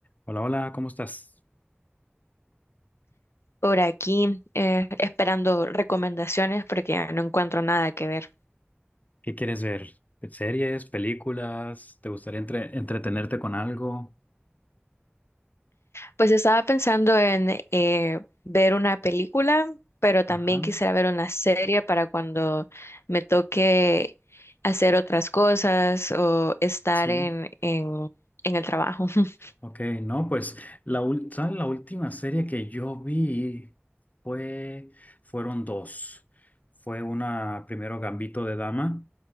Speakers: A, on the left; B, on the left.
A: Hola, hola, ¿cómo estás?
B: por aquí eh, esperando recomendaciones porque no encuentro nada que ver.
A: ¿Qué quieres ver? ¿Series, películas? ¿Te gustaría entre- entretenerte con algo?
B: Pues estaba pensando en eh, ver una película, pero
A: Ajá,
B: también quisiera ver una serie para cuando me toque hacer otras cosas o estar
A: sí.
B: en, en, en el trabajo. <laughs>
A: Ok, no, pues la, ul- ¿sabes? la última serie que yo vi fue, fueron dos. Fue una, primero Gambito de Dama,